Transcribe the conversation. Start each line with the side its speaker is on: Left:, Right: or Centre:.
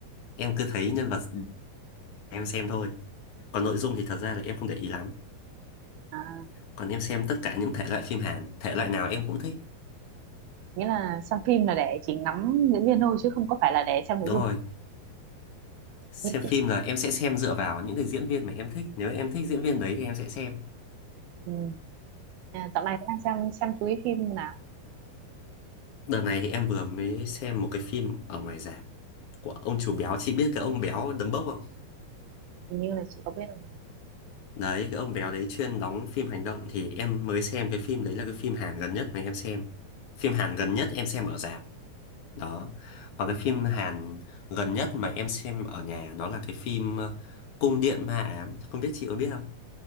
Left: em cứ thấy nhân vật em xem thôi còn nội dung thì thật ra là em không để ý lắm
Right: À,
Left: còn em xem tất cả những thể loại phim Hàn thể loại nào em cũng thích
Right: nghĩa là xem phim là để chỉ ngắm diễn viên thôi chứ không có phải là để xem nội
Left: đúng
Right: dung
Left: rồi xem
Right: nhưng chị
Left: phim là em sẽ xem dựa vào những cái diễn viên mà em thích nếu em thích diễn viên đấy thì em sẽ xem
Right: ừ. à, dạo này đang xem xem chú ý phim nào
Left: đợt này thì em vừa mới xem một cái phim ở ngoài rạp của ông chủ béo chị biết cái ông béo đấm bốc không
Right: hình như là chị có biết không nhỉ?
Left: đấy cái ông béo đấy chuyên đóng phim hành động thì em mới xem cái phim đấy là cái phim Hàn gần nhất mà em xem phim Hàn gần nhất em xem ở rạp đó còn cái phim Hàn gần nhất mà em xem ở nhà đó là cái phim ờ, Cung điện ma ám không biết chị có biết không